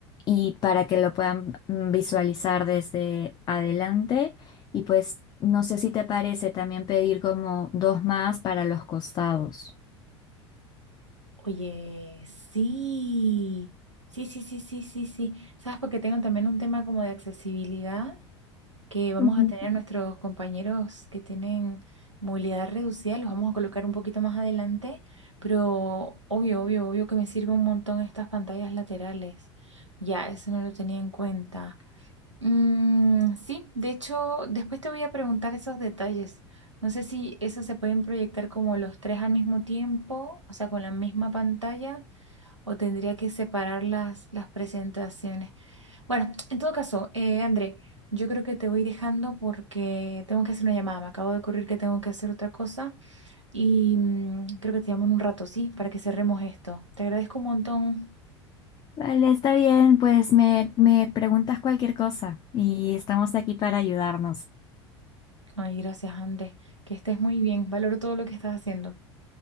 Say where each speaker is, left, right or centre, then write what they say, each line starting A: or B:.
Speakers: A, on the left; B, on the right.
A: y para que lo puedan mm, visualizar desde adelante. Y pues no sé si te parece también pedir como dos más para los costados.
B: Oye, sí, sí, sí, sí, sí, sí, sí. ¿Sabes? Porque tengo también un tema como de accesibilidad. que vamos
A: Ujú.
B: a tener a nuestros compañeros que tienen movilidad reducida, los vamos a colocar un poquito más adelante, pero obvio, obvio, obvio que me sirve un montón estas pantallas laterales. Ya, eso no lo tenía en cuenta. Mm, sí, de hecho, después te voy a preguntar esos detalles. No sé si esos se pueden proyectar como los tres al mismo tiempo, o sea, con la misma pantalla, o tendría que separar las, las presentaciones. Bueno, en todo caso, eh, André, yo creo que te voy dejando porque tengo que hacer una llamada. Me acabo de ocurrir que tengo que hacer otra cosa y mm, creo que te llamo en un rato, ¿sí? Para que cerremos esto. Te agradezco un montón.
A: Vale, está bien, pues me, me preguntas cualquier cosa y estamos aquí para ayudarnos.
B: Ay, gracias, André. Que estés muy bien. Valoro todo lo que estás haciendo.